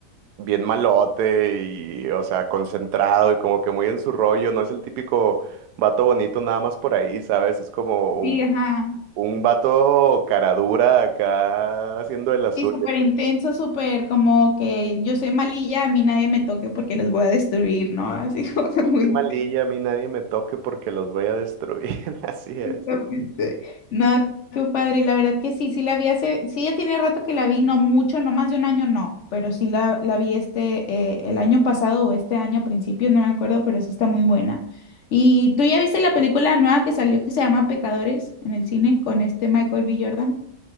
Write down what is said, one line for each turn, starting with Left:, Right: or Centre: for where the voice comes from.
Right: bien malote y, o sea, concentrado y como que muy en su rollo, no es el típico vato bonito nada más por ahí, ¿sabes? Es como un,
Left: Sí, ajá.
Right: un vato cara dura acá haciendo de las
Left: Y
Right: suyas.
Left: súper intenso, súper como que yo soy malilla, a mí nadie me toque porque los voy a destruir, ¿no? Así <laughs> como que muy
Right: Qué malilla, a mí nadie me toque porque los voy a destruir, <laughs> así es.
Left: intensamente. No, qué padre, la verdad que sí, sí la vi hace, sí ya tiene rato que la vi, no mucho, no más de un año, no, pero sí la, la vi este, eh, el año pasado o este año a principios, no me acuerdo, pero sí está muy buena. ¿Y tú ya viste la película nueva que salió que se llama Pecadores en el cine con este Michael B. Jordan?